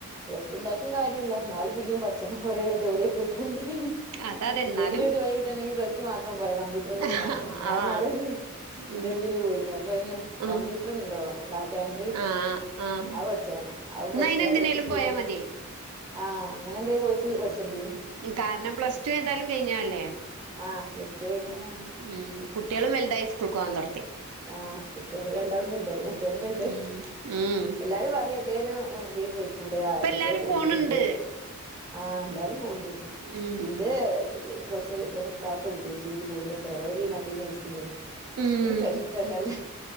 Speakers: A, on the right (about 15°); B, on the right (about 75°).
A: പ്ലസ് ടു ഉണ്ടായിട്ടും കാര്യല്ല ന്നാലും പിന്നിം പഠിച്ചണം കൊറേ ജോലിയൊക്കെ കിട്ടണമെങ്കിൽ
B: അതതെ എന്നാലും
A: എന്തെങ്കിലു ഒര് <unintelligible> കിട്ടണേങ്കിൽ പ്ലസ് ടു മാത്രം പോയാ കമ്പ്യൂറും കൂടി
B: ആഹ്
A: മാണം ഞാ നാളെ ഇന്റർവ്യൂവിന്
B: ഉം
A: പോയിനി അപ്പൊ അയിന്
B: ഉം
A: കമ്പ്യൂട്ടർുണ്ടോ ഡാറ്റ എൻട്രി
B: ആഹ് ആഹ്
A: അത് പഠിച്ചണെന്ന് അത്
B: ഇന്നാ
A: പഠിച്ച
B: അയിന് എന്തിനേലും
A: അത് പഠിച്ചിട്ടുല്ല
B: പോയാ മതി
A: ആഹ് അങ്ങനെ എന്തേ കോയിസ് പഠിച്ചേണ്ടിരും
B: കാരണം പ്ലസ് ടു ഏതായാലും കഴിഞ്ഞല്ലേ
A: ആഹ് പ്ലസ്റ്റ് കഴിഞ്ഞാതാണ്
B: ഉം കുട്ട്യേളും വൽതായി സ്കൂൾക്ക് പോകവാൻ തൊട്ത്തി
A: ആഹ കുട്ടികൾ രണ്ടോളും വൽതായി മറ്റൊനും വൽതായി
B: ഉം ഉം
A: എല്ലാരും പറ എന്തേലും ഇതിന് പോയിക്കൂടെ അർതൊക്കെ
B: ഇപ്പ എല്ലാരും
A: കൊയിസ്ണ്ട്
B: പോണുണ്ട്
A: ആഹ് എല്ലാരും പോണ്ട്
B: ഉം
A: ഇന്റെ കൊറച്ച് എന്റെ ഫ്രൻസളൊക്കെ വിളിച്ചു <unintelligible> ഇജ് പോരണ്ടോറഞ്ഞി ഒര് മറ്റേ ഈ നയിസിങ്ങിന്
B: ഉം
A: ഇനിക്കഷ്ട ട്ടന്നല്ല